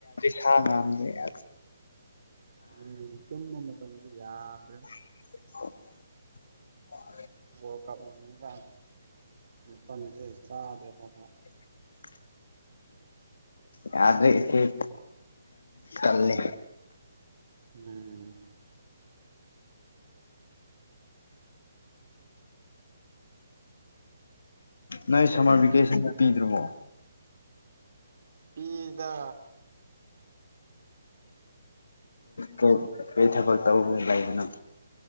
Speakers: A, on the left; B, on the right.
A: ꯊꯥꯡ ꯉ ꯑꯃ ꯂꯩ
B: ꯎꯝ ꯇ ꯃ ꯇꯗꯦ ꯌꯥꯗ꯭ꯔꯦ
A: <unintelligible>
B: ꯣ ꯀ ꯇ ꯄꯅꯤ ꯆꯩꯦ ꯆꯗ꯭ꯔꯦ ꯃ
A: <unintelligible> ꯌꯥꯗ꯭ꯔꯦꯦ ꯆꯂꯦ
B: ꯎꯝ
A: ꯅꯪ ꯁꯝꯃꯔ ꯚꯦꯀꯦꯁꯟꯗ ꯄꯤꯗ꯭ꯔꯕꯣ
B: ꯏꯗ
A: ꯀ ꯀꯩ ꯊꯕꯛ ꯇꯧꯕ ꯂꯩꯕꯅꯣ